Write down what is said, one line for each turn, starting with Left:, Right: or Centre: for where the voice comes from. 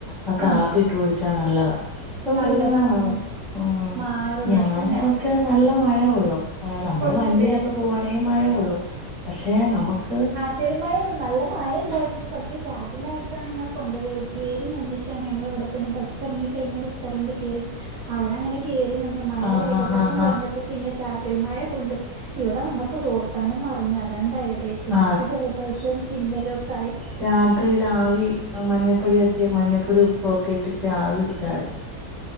Left: ആ കാപ്പിട്ട്
Right: ആഹ്
Left: കുടിച്ചാ നല്ലതാ അപ്പ
Right: നല്ലതാണ്ല്ലേ
Left: പിന്നെ മാ ആഹ്
Right: മാറും പക്ഷെ
Left: ഞൻ
Right: ഞാ
Left: ഒക്കെ നല്ല മഴകൊള്ളും ആ നമ്മള്
Right: കൊള്ളൂലേ
Left: വണ്ടിയിലൊക്കെ പോവാണെങ്കി മഴ കൊള്ളും പക്ഷെ നമ്ക്ക്
Right: റ്റൽ മഴ ഒള്ള് നല്ല മഴ ണ്ടായിരുന്നു പക്ഷെ ചാറ്റിലായിട്ടാണ് ഞാൻ കൊണ്ടത് കേറിനിന്ന്ക്കാണ് ഞങ്ങളൾവ്ടെ തന്നെ ബസ്സറങ്ങി കഴിഞ്ഞ ഒരു സ്ഥലണ്ട് കേറി അവിടെ അങ്ങനെ കേറി നിന്നു മഴ
Left: ആഹാ
Right: ഒരു ഏകദേശം
Left: ഹാ ഹാ
Right: കൊറഞ്ഞപ്പോ
Left: ഹാ
Right: പിന്നെ ചാറ്റൽമയ കൊണ്ട് ഇവിടെ വന്നപ്പോ തോർത്താനും മറന്ന് അതാണ്ടായത് പിന്നെപ്പോ
Left: ആ,
Right: ജലദോശവും ചിമ്പലൊക്കായി
Left: രാത്രിയിലാവി മഞ്ഞപ്പൊടിയൊക്കെ മഞ്ഞപ്പൊടി ഉപ്പുഒക്കെ ഇ പ്പിച്ചിരി ആവ് പിടിച്ചാല്